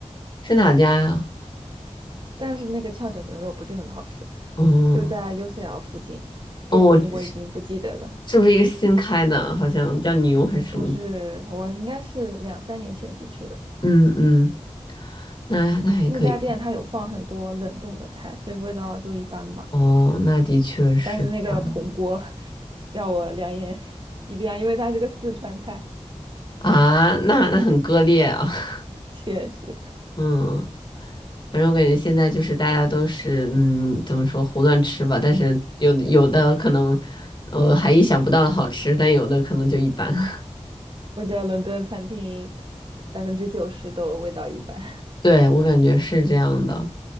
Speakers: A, on the left; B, on the right.
A: 是哪家呀？
B: 但是那个翘脚牛肉不是很好吃，
A: 嗯，
B: 就在 UCL 附近，店名我已经不记得了。
A: 哦，我是是不是一个新开的？好像叫牛还是什么？
B: 不是，我应该是两三年前去吃的。
A: 嗯嗯，那那还可以。
B: 那家店它有放很多冷冻的菜，所以味道就一般吧。
A: 哦，那的确是这样
B: 但是那个铜锅 <laughs> 让我两眼 <laughs> 一亮，因为它是个四川菜，
A: 啊，那那很割裂啊。<laughs>
B: 确实，
A: 嗯，反正我感觉现在就是大家都是嗯，怎么说胡乱吃吧，但是有的有的可能呃还意想不到的好吃，但有的可能就一般。<laughs>
B: 我觉得伦敦餐厅百分之九十都味道一般。
A: 对，我感觉是这样的。